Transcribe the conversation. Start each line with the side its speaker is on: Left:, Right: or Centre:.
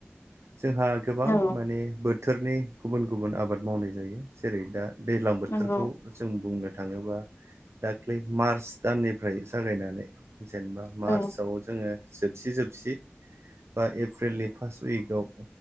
Right: जोंहा गोबां
Left: औ
Right: माने बोथोरनि गुबुन गुबुन आबाद मावनाय जायो जेरै दा। दैज्लां बोथोरखौ
Left: नंगौ
Right: जों बुंनो। थाङोबा दाख्लै मार्च दाननिफ्राय जागायनानै। जेनेबा मार्चआव
Left: औ
Right: जोङो। जोबसि जोबसि बा एप्रिलनि फार्स्ट उइकआव।